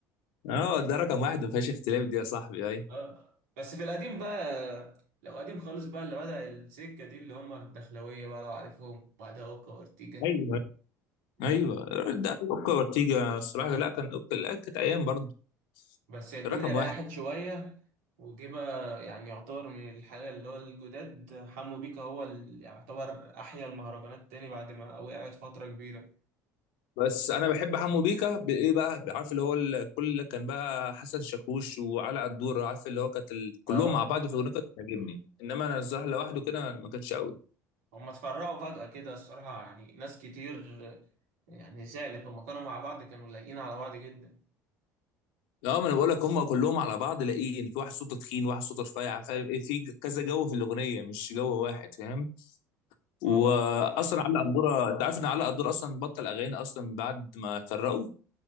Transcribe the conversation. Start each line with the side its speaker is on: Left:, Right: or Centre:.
Left: اه ده رقم واحد ما فيهاش اختلاف دي يا صاحبي ايوه
Right: أه بس في القديم بقى لو قديم خالص بقى اللي بدأ السكة دي اللي هم الدخلوية بقى لو عارفهم بعدها أوكا وأورتيجا
Left: ايوه
Right: بعد
Left: ايوه ده اوكا اورتيجا الصراحه لا كان اوكا لا كانت ايام برضه
Right: بس الدنيا
Left: كان رقم
Right: ريحت
Left: واحد
Right: شوية وجه بقى يعني يعتبر من الحالة اللي هو الجداد حمو بيكا هو اللي يعتبر أحيا المهرجانات تاني بعد ما وقعت فترة كبيرة
Left: بس انا بحب حمو بيكا بايه بقى عارف اللي هو الكل كان بقى حسن شاكوش وعلاء الدور عارف اللي هو كانت ال... كلهم
Right: اه
Left: مع بعض في الاغنيه كانت بتعجبني انما انا الصراحه لوحده كده ما كانتش قوي
Right: هم اتفرقوا فجأة كده الصراحة يعني ناس كتير آه، يعني زعلت لما كانوا مع بعض كانوا لايقين على بعض جدا
Left: اه ما انا بقول لك هم كلهم على بعض لاقيين في واحد صوته تخين واحد صوته رفيع في كذا جو في الاغنيه مش جو واحد فاهم واصلا
Right: ما هو ده
Left: علي قدوره انت عارف ان علي قدوره اصلا بطل اغاني اصلا بعد ما اتفرقوا